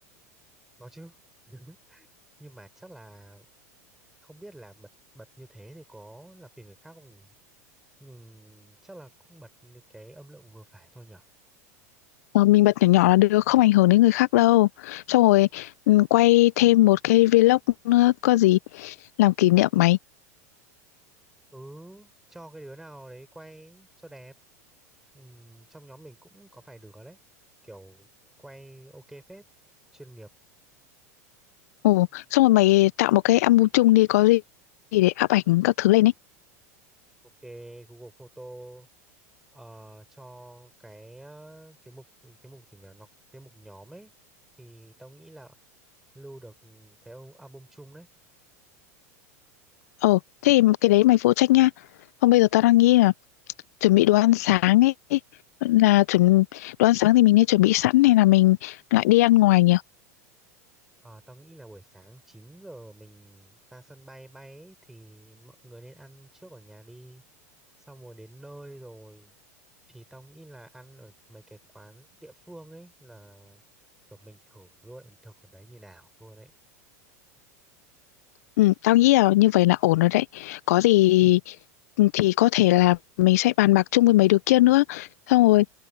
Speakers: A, in the centre; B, on the left.
A: Có chứ. <laughs> Nhưng mà chắc là không biết là bật bật như thế thì có làm phiền người khác không nhỉ? nhưng chắc là cũng bật lên cái âm lượng vừa phải thôi nhở
B: mà mình bật nhỏ nhỏ là được, không ảnh hưởng đến người khác đâu. Xong rồi ừ, quay thêm một cái vlog nữa, có gì làm kỷ niệm mày.
A: ừ cho cái đứa nào đấy quay cho đẹp Ừm, trong nhóm mình cũng có vài đứa đấy kiểu quay ok phết chuyên nghiệp
B: Ồ, xong rồi mày tạo một cái album chung đi, có gì để áp ảnh các thứ lên ấy.
A: ok Google Photo ờ, cho cái ờ, cái mục cái mục gì nhỉ nó cái mục nhóm ấy thì tao nghĩ là lưu được cái album chung đấy
B: Ồ, thế thì cái đấy mày phụ trách nha. Không bây giờ tao đang nghĩ là chuẩn bị đồ ăn sáng ấy là chuẩn đồ ăn sáng thì mình nên chuẩn bị sẵn hay là mình lại đi ăn ngoài nhỉ
A: Ờ, tao nghĩ là buổi sáng 9 giờ mình ra sân bay bay ấy, thì mọi người nên ăn trước ở nhà đi. Xong rồi đến nơi rồi thì tao nghĩ là ăn ở mấy cái quán địa phương ấy là kiểu mình thử luôn ẩm thực ở đấy như nào luôn đấy.
B: ừ, tao nghĩ là như vậy là ổn rồi đấy có gì ừ, thì có thể là mình sẽ bàn bạc chung với mấy đứa kia nữa xong rồi